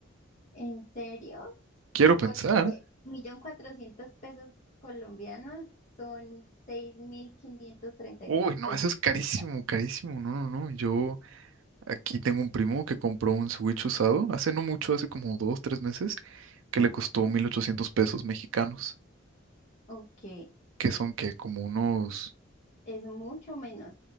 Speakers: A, on the left; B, on the right.
A: ¿En serio?
B: Quiero pensar.
A: Porque millón cuatrocientos pesos colombianos son seis mil quinientos treinta
B: Uy,
A: y tres
B: no,
A: pesos
B: eso es carísimo,
A: mexicanos.
B: carísimo. No, no, no. Yo aquí tengo un primo que compró un Switch usado hace no mucho, hace como dos, tres meses, que le costó 1.800
A: ¿eh?
B: pesos mexicanos,
A: Ok,
B: que son que como unos,
A: es mucho menos.